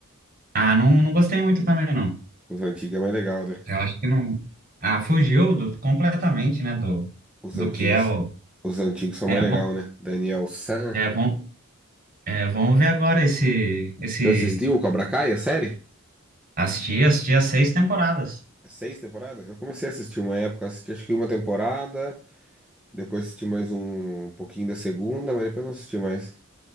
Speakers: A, on the right; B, in the centre.
A: Ah, não, não gostei muito também, não.
B: Os antigos é mais legal, né?
A: Eu acho que não. Ah, fugiu do- completamente, né? Do,
B: Os
A: do
B: antigos,
A: que é o.
B: os antigos são
A: É,
B: mais
A: bom,
B: legal, né? Daniel San.
A: é, bom, é, vamos ver agora esse, esse.
B: Você assistiu o Cobra Kai, a série?
A: assistir assistir as seis temporadas.
B: Seis temporadas? Eu comecei a assistir uma época, assisti acho que uma temporada, depois assisti mais um pouquinho da segunda, mas depois não assisti mais.